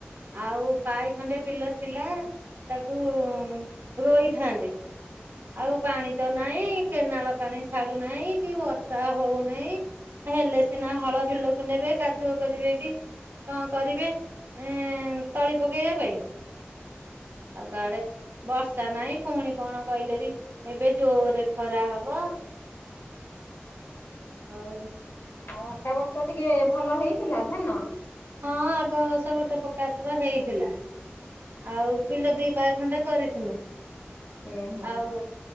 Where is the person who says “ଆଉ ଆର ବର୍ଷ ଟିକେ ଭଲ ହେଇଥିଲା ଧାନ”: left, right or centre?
Left